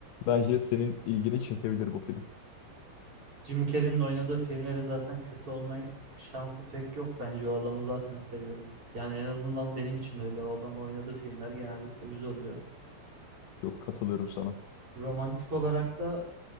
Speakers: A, on the left (about 80°); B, on the right (about 30°).
A: Bence senin ilgini çekebilir bu film.
B: Jim Carrey'nin oynadığı filmleri zaten kötü olma şansı pek yok. Bence o adamı zaten seviyorum. Yani en azından benim için öyle. O adamın oynadığı filmler genellikle güzel oluyor.
A: Çok katılıyorum sana.
B: Romantik olarak da